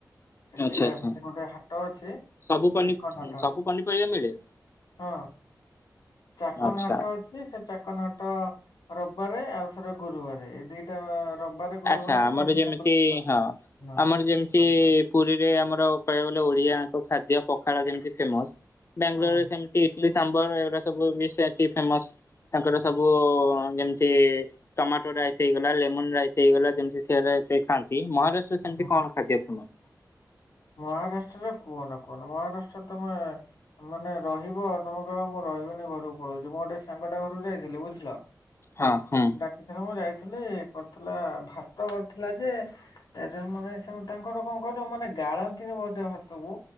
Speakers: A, on the left; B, on the left.
A: ସେଠି
B: ଆଚ୍ଛା ଆଚ୍ଛା।
A: ସେଠି ଗୋଟେ ହାଟ ଅଛି
B: ସବୁ ପନି
A: ଚେକର ହାଟ।
B: ସବୁ ପନିପରିବା ମିଳେ।
A: ହଁ ଚାକନ
B: ଆଚ୍ଛା।
A: ହାଟ ସେ ଚାକନ ହାଟ ରବିବାରେ ଆଉ ଥରେ ଗୁରୁବାରେ। ଦିଟା ରବିବାରେ ଗୁରୁବାରେ
B: ଆଚ୍ଛା ଆମର
A: <unintelligible>
B: ଯେମିତି ହଁ। ଆମର ଯେମିତି ପୁରୀରେ ଆମର କହିବାକୁ ଗଲେ ଓଡିଆ ଏକ ଖାଦ୍ୟ ପଖାଳ ଯେମିତି ଫେମସ ବାଙ୍ଗାଲୋରରେ
A: ହଁ
B: ସେମ ତୀ ଇଟଲି ସାମ୍ବର ଏଗୁଡା ସବୁ ବି ସେଠି ଫେମସ ତାଙ୍କର
A: ହଁ
B: ସବୁ ଯେମ ତି ଟମାଟୋ ରାଇସ ହେଇଗଲା ଲେମନ ରାଇସ ହେଇଗଲା ଯେମିତି ସେଟା ଏତେ ଖାଆନ୍ତି ମହାରାଷ୍ଟ ରେ ସେମିତି
A: ହଁ
B: କଣ ଖାଦ୍ୟ ଫେମସ?
A: ମହାରାଷ୍ଟ୍ରରେ କୁହନ କୁହନ ମହାରାଷ୍ଟ୍ରରେ ତମେ ମାନେ ରହିବ ଆଉ ତମ କହବ ମୁଁ ରହିବିନି ଘରକୁ ପଳଉଛି ମୁଁ ଗୋଟେ ସାଙ୍ଗ ଟା ଘରକୁ ଯାଇଥିଲି ବୁଝିଲ।
B: ହଁ ହଁ।
A: ଏଥରେ ମୁଁ ଯାଇଥିଲି କରିଥିଲା ଭାତ କରିଥିଲା ଯେ ଏଦ ମାନେ ସେ ତାଙ୍କର କଣ କହିଲ ମାନେ ଗାଳନ୍ତିନି ବୋଧ ଭାତକୁ